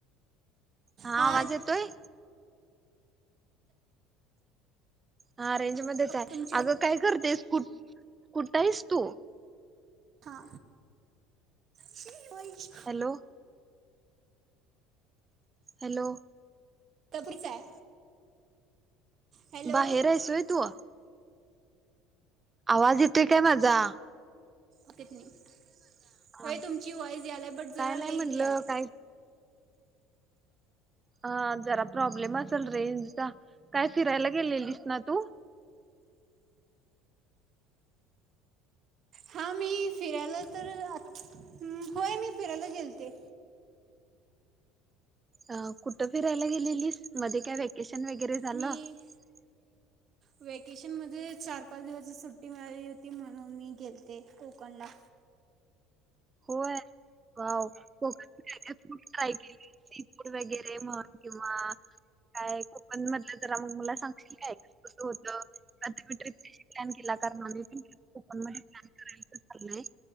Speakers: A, on the right; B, on the right.
A: हा
B: हां
A: आवाज येतोय? हा रेंज मध्येच हाये,
B: तुमची
A: अगं काय करतेस, कु कुठंयेस तु?
B: हा, शि वैयिष
A: हॅलो, हॅलो,
B: काहीतरीच आहे. हॅलो
A: बाहेरेस व्हयं तु? आवाज येतोय काय माझा?
B: ओकथ नाही, आवाज येतोय माझा?
A: हा
B: होय तुमची वॉईज याले बट
A: काय
B: जरा
A: नाही
B: लेट
A: म्हटलं
B: याले.
A: काय हा जरा प्रॉब्लेम असेल रेंजचा, काय फिरायला गेलेलीस ना तू?
B: हा मी फिरायला तर आत, होय मी फिरायला गेलते.
A: अं कुठं फिरायला गेलेलीस, मध्ये काय वेकेशन वगैरे झालं
B: मी
A: <inaudible>
B: वॅकेशन म्हणजे चार-पाच दिवसची सुट्टी मिळाली होती, म्हणून मी गेलते कोकणला.
A: होय, अं कोकणात <unintelligible> सी फूड वगैरे मग किंवा काय कोकन मधलं जरा मग मला सांग की काय कसं होत, आन् तुम्ही ट्रिप कशी प्लॅन केला? कारण मला पण कोकण मध्ये प्लॅन करायचं चाललंय.